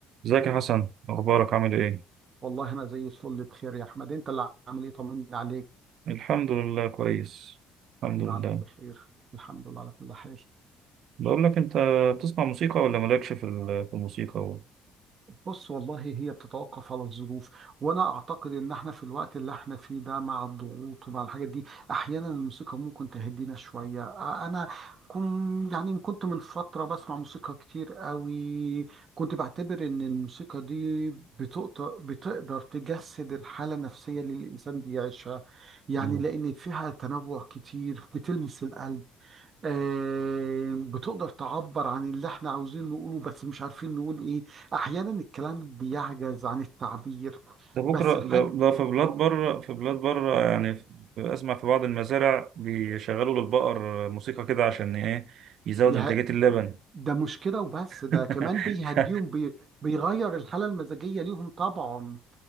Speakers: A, on the right; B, on the right.
A: ازيك يا حسن اخبارك عامل ايه
B: والله انا زي الفل بخير يا احمد انت اللي عامل ايه طمني عليك
A: الحمد لله كويس الحمد
B: لعلك
A: لله
B: بخير الحمد لله على كل حال
A: بقول لك انت بتسمع موسيقى ولا مالكش في ال- في الموسيقى و...
B: بص والله هي بتتوقف على الظروف وانا اعتقد ان احنا في الوقت اللي احنا فيه ده مع الضغوط ومع الحاجات دي احيانا الموسيقى ممكن تهدينا شويه أ- انا كن يعني كنت من فتره بسمع موسيقى كتير قوي كنت بعتبر ان الموسيقى دي بتقدر بتقدر تجسد الحاله النفسيه اللي الانسان بيعيشها يعني
A: مم.
B: لان فيها تنوع كتير بتلمس القلب آه، بتقدر تعبر عن اللي احنا عاوزين نقوله بس مش عارفين نقول ايه احيانا الكلام بيعجز عن التعبير
A: ده بكره
B: بس الحاج
A: ده, ده في بلاد
B: اه
A: بره في بلاد بره يعني في- اسمع في بعض المزارع بيشغلوا للبقر موسيقى كده عشان ايه يزود
B: يه-
A: انتاجية اللبن
B: ده مشكلة وبس ده
A: <laughs>
B: كمان بيهديهم
A: ف...
B: بي... بيغير الحالة المزاجية ليهم طبعا